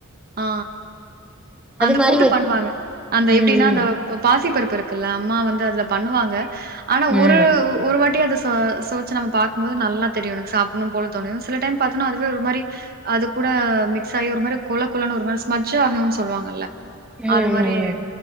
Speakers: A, on the right; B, in the centre.
A: ஆ, அந்த
B: மாரி
A: கூட்டு
B: வை
A: பண்ணுவாங்க அந்த எப்டின்னா
B: ம்
A: அந்த பாசிப்பருப்பு இருக் க்குல்ல அம்மா வந்து அதுல பண்ணுவாங்க ஆனா
B: ம் ம்
A: ஒரு ஒரு வாட்டி அது ஸ் தோ சோச்சு நம்ம பாக்கும்போது நல்லா தெரியு எனக்கு சாப்ண்ணு போல தோணு சில டைம் பாத்தோனா அதுவே ஒரு மாரி அது கூட மிக்ஸ் ஆயி ஒரு மாரிப் கொழ குழன்னு ஒரு மாரி ஸ்ஜ்ஜ ஆகும்னு சொல்லுவாங்கல்ல
B: ம்
A: அது
B: ம்
A: மாதிரி
B: ம்